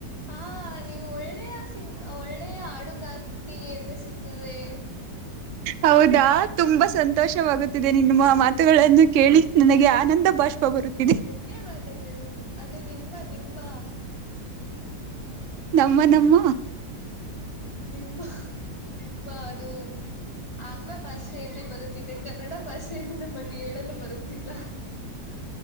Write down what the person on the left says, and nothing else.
ಹಾ ನೀವು ಒಳ್ಳೆಯ ಸಿಂಗ್ ಒಳ್ಳೆಯ ಹಾಡುಗಾರ್ತಿ ಎನ್ನಿಸುತ್ತದೆ.
ಧನ್ಯವಾದಗಳು ಅದು ನಿಮ್ಮ ನಿಮ್ಮ.
ನಿಮ್ಮ ನಿಮ್ಮ ಅದು. ಆಂಗ್ಲ ಭಾಷೆಯಲ್ಲಿ ಬರುತ್ತಿದೆ ಕನ್ನಡ ಭಾಷೆಯಲ್ಲಿ ನಮಗೆ ಹೇಳಲು ಬರುತ್ತಿಲ್ಲ.